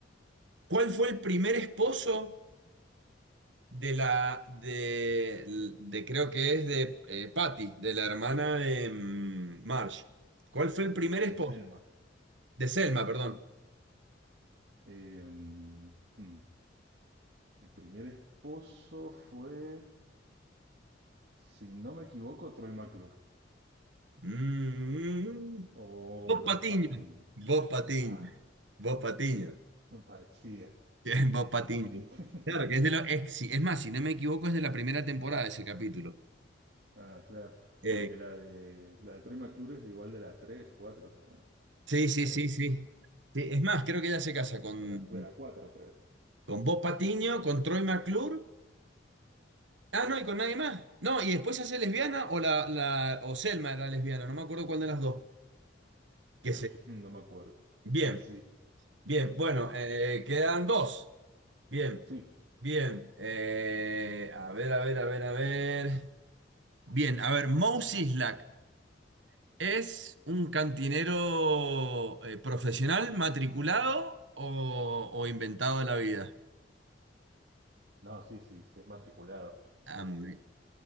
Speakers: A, on the right (about 90°); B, on the right (about 60°).
A: ¿cuál fue el primer esposo de la, de, de- creo que es de eh, Patty, de la hermana de mm, Marge? ¿Cuál fue el primer esposo?
B: de Selma.
A: De Selma, perdón.
B: Eh, mm, hmm. El primer esposo fue, si no me equivoco, Troy McClure
A: Mm,
B: o
A: Bob
B: Bob
A: Patiño.
B: Patiño.
A: Bob Patiño.
B: Ah,
A: Bob Patiño.
B: me parecía, me
A: <laughs> Bien, Bob Patiño.
B: parecía. <laughs>
A: Claro, que es de los es, si- es más, si no me equivoco, es de la primera temporada ese capítulo.
B: Ah, claro,
A: Eh,
B: porque la de, la de Troy McClure es de igual de la 3, 4 también,
A: Sí, sí,
B: es de
A: sí,
B: ahí,
A: sí. Sí, Es más, creo que ella se casa con,
B: de la, de la 4 creo,
A: con Bob Patiño, con Troy McClure. Ah, no, y con nadie más. No, y después se hace lesbiana o la, la o Selma era lesbiana, no me acuerdo cuál de las dos. Que se-
B: <laughs> no me acuerdo.
A: Bien,
B: Sí, sí,
A: bien, bueno, eh, quedan dos. Bien,
B: sí,
A: bien. eh, a ver, a ver, a ver, a ver. Bien, a ver, Mo Sislak es un cantinero eh, profesional, matriculado o, o inventado de la vida.
B: no, sí, sí, sí es matriculado.
A: Ah,
B: Eh,
A: muy bien.